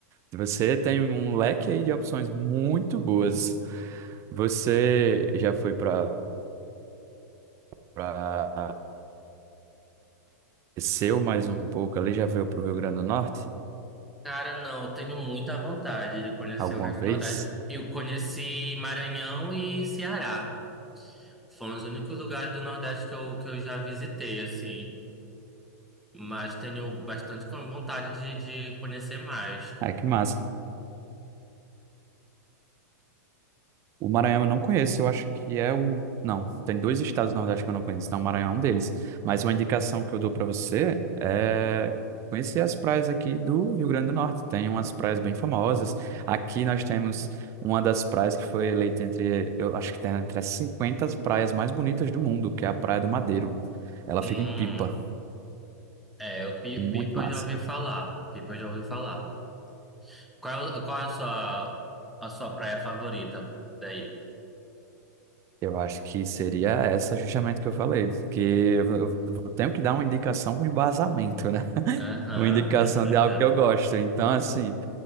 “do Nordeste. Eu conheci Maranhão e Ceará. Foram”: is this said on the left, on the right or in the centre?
Centre